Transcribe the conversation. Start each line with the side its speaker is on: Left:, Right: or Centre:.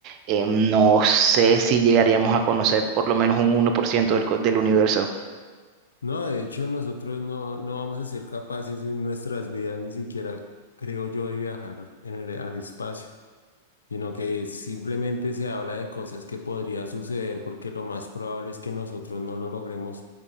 Right: eh, no sé si llegaríamos a conocer por lo menos un 1% del, co- del universo.
Left: No, de hecho, nosotros no, no vamos a ser capaces en nuestras vidas, ni siquiera creo yo, de viajar en el, al espacio. sino que simplemente se habla de cosas que podrían suceder porque lo más probable es que nosotros no lo logremos